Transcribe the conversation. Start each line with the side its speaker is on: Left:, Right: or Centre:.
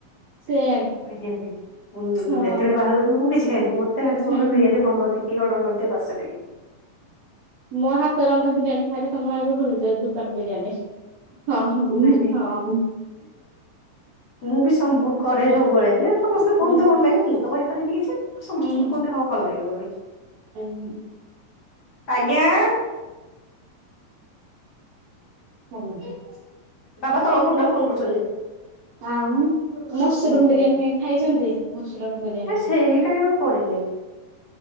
Right: ସେମ୍
Left: ବିରିୟାନୀ। ଉଁ
Right: ହଁ।
Left: ଯେତେବେଳେ ବାହାରକୁ ଯିବି ମୁଁ କିଛି ଖାଇବିନି। ମୋତେ ଖାଲି ମୋର
Right: ହଁ।
Left: ଗୋଟେ ବିରିଆନି ଭଲ ଦେଖିକି ଅର୍ଡର କରିଦିଅ ବାସ୍ ସେତିକି।
Right: ମୋ ହାତ ରନ୍ଧା ବିରିୟାନୀ ଖାଇଲେ ତମ ଆଗ ଭୁଲି ଯିବ। ଟନ୍ ବିରିୟାନୀ ହଁ ହଁ
Left: ନାଇଁ
Right: ହୁଁ।
Left: ନାଇଁ ମୁଁ ବି ସମ ମୁଁ କରେ ସବୁବେଳେ ଯେ। ସମସ୍ତେ କୁହନ୍ତୁ
Right: ହୁଁ
Left: ତ ଭଲ ଲାଗେ ।ମୁଁ ତ କହିପାରିନି କିଛି ସମସ୍ତେ
Right: ହୁଁ
Left: ତ କୁହନ୍ତି ହଁ ଭଲ ଲାଗେ ବୋଲି।
Right: ହୁଁ।
Left: ଆଜ୍ଞା।
Right: <inaudible>
Left: ବାବା ତଳ ଫୋନ୍ ଟାକୁ ଫୋନ କରୁଚନ୍ତି।
Right: ଆଉ
Left: ଫୋନ୍ କରନ୍ତୁ,
Right: ମସରୁମ ବିରିୟାନୀ
Left: ହୁଁ
Right: ଖାଇଛନ୍ତି ମସରୁମ ବିରିୟାନୀ
Left: ନା ସେଇଟା କେବେ କରିିନି।